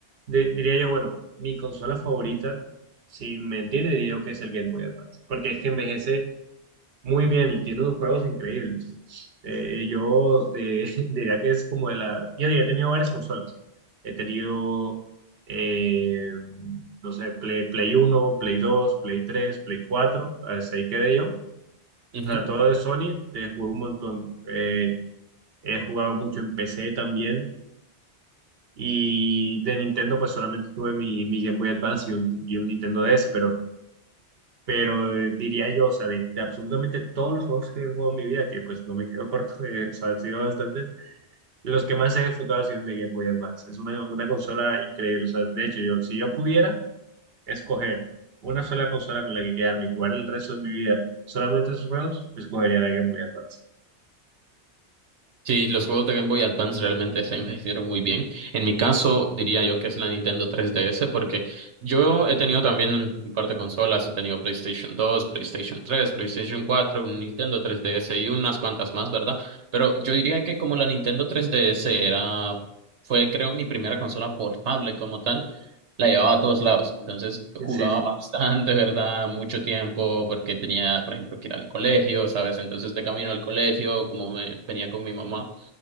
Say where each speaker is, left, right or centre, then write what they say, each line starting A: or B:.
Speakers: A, on the right; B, on the right.
A: De- diría yo, bueno, mi consola favorita, si me entiende, diría yo que es el Game Boy Advance. Porque es que envejece muy bien y tiene unos juegos increíbles. Eh, yo de- <laughs> diría que es como de la... Yo ya he tenido varias consolas. He tenido, eh, no sé, Play, Play uno Play dos Play tres Play 4, hasta ahí quedé yo. O
B: Ujú.
A: sea, todo de Sony, te jugué un montón. Eh, he jugado mucho en PC también. Y de Nintendo, pues solamente tuve mi, mi Game Boy Advance y un, y un Nintendo DS, pero eh, diría yo, o sea, de, de absolutamente todos los juegos que he jugado en mi vida, que pues no me quedo <laughs> corto, eh, o sea, han sido bastantes, los que más he disfrutado han sido de Game Boy Advance. Es una, una consola increíble, o sea, de hecho, yo, si yo pudiera escoger una sola consola con la que quedarme y jugar el resto de mi vida solamente esos juegos, pues escogería la Game Boy Advance.
B: Sí, los juegos de Game Boy Advance realmente se envejecieron muy bien. En mi caso, diría yo que es la Nintendo 3DS, porque yo he tenido también un par de consolas, he tenido PlayStation 2, PlayStation 3, PlayStation 4, un Nintendo 3DS y unas cuantas más, ¿verdad? Pero yo diría que como la Nintendo 3DS era, fue creo mi primera consola portable como tal, la llevaba a todos lados. Entonces jugaba
A: Sí, sí. sí.
B: bastante, ¿verdad? Mucho tiempo porque tenía, por ejemplo, que ir al colegio, ¿sabes? Entonces de camino al colegio, como me, venía con mi mamá